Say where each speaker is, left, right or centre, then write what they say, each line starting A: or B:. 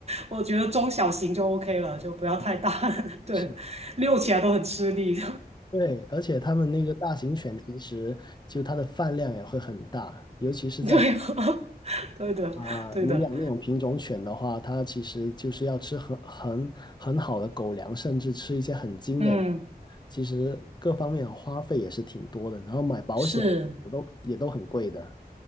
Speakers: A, on the right; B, on the left.
A: 我觉得中小型就 OK 了，就不要太大
B: 是
A: <laughs> 对，
B: 是，
A: 遛起来都很吃力，
B: 对，而且它们那个大型犬其实就它的饭量也会很大，尤其是在。
A: <laughs> 对，<laughs> 对的，
B: 啊、
A: 对的，
B: 你养那种品种犬的话，它其实就是要吃很很很好的狗粮，甚至吃一些很精的，
A: 嗯，
B: 其实各方面的花费也是挺多的，然后买保险都也都很贵的。
A: 是。